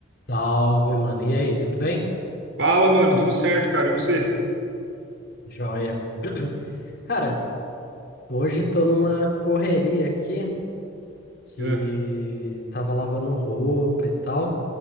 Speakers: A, on the left; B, on the right.
A: Salve, mano. E aí, tudo bem?
B: Fala, mano, tudo certo, cara, e você?
A: Joia. <clears throat> Cara, hoje tô numa correria aqui que
B: É,
A: tava lavando roupa e tal,